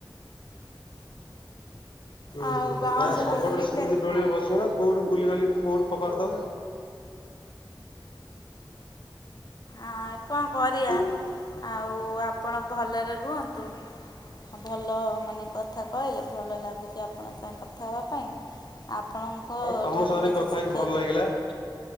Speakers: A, on the left; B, on the left.
A: ହୁଁ
B: ଆଉ
A: ହୁଁ
B: ବାଉଁଶ
A: ନା ଶଗଡ
B: ଡୋଳି ବିକେ
A: ରେ ସେମିତି ଡୋଳିରେ ବସିବ କଉଠୁ ବୁଲିିବାଲି କୋଉଠୁ ଫୋପାଡି
B: ଆଉ କଣ କରିବା
A: ଦେ
B: ଆଉ
A: <inaudible>
B: ଆପଣ ଭଲରେ ରୁହନ୍ତୁ ଭଲ ମାନେ କଥା କହିଲେ ଭଲ ଲାଗୁଛି ଆପଣଙ୍କ ସାଙ୍ଗେ କଥା ହେବା ପାଇଁ ଆପ ଆପଣଙ୍କ
A: ହଁ ତମ
B: ଠାରୁ
A: ସାଙ୍ଗରେ
B: କିଛି
A: କଥା
B: ଶିକ୍ଷା
A: ହେଇକି ଭଲ ଲାଗିଲା।